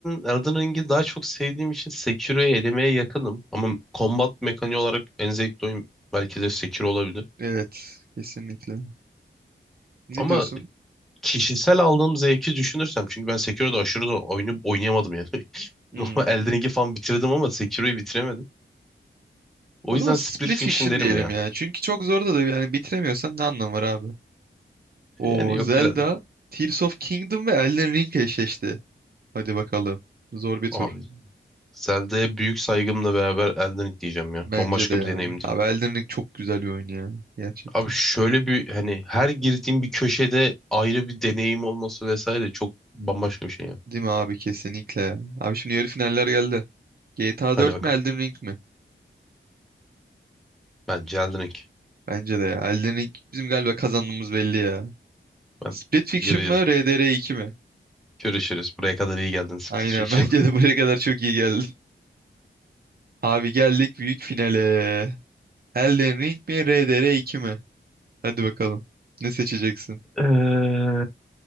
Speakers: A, in the centre; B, on the right.
A: Elden Ring'i daha çok sevdiğim için Sekiro'yu elemeye yakınım. Ama combat mekaniği olarak en zevkli oyun belki de Sekiro olabilir.
B: Evet. Kesinlikle. Ne
A: Ama
B: diyorsun?
A: kişisel aldığım zevki düşünürsem çünkü ben Sekiro'da aşırı da oyunu oynayamadım yani. <laughs>
B: Hmm.
A: Normal Elden Ring'i falan bitirdim ama Sekiro'yu bitiremedim. O
B: O
A: yüzden
B: zaman Split
A: Split Fiction
B: Fiction
A: derim
B: diyelim
A: ya.
B: ya. Çünkü çok zor da da yani bitiremiyorsan ne anlamı var abi? Oo
A: Yani yok
B: Zelda,
A: biraz...
B: Tears of Kingdom ve Elden Ring eşleşti. Hadi bakalım. Zor bir
A: Abi
B: tur.
A: Zelda'ya büyük saygımla beraber Elden Ring diyeceğim ya.
B: Bence
A: Bambaşka
B: de ya.
A: bir deneyimdi.
B: Abi Elden Ring çok güzel bir oyun ya. Gerçekten.
A: Abi şöyle bir hani her girdiğim bir köşede ayrı bir deneyim olması vesaire çok bambaşka bir şey ya.
B: Değil mi abi? Kesinlikle ya. Abi şimdi yarı finaller geldi. GTA
A: Hadi
B: 4
A: bakalım.
B: mi Elden Ring mi?
A: Bence Elden Ring.
B: Bence de ya. Elden Ring bizim galiba kazandığımız belli ya.
A: Ben
B: Split Fiction
A: göreceğiz.
B: mı RDR 2 mi?
A: Görüşürüz. Buraya kadar iyi geldin Split
B: Aynen
A: Fiction.
B: <laughs> bence
A: <laughs>
B: de buraya kadar çok iyi geldin. Abi geldik büyük finale. Elden Ring mi RDR 2 mi? Hadi bakalım. Ne seçeceksin?
A: Eee,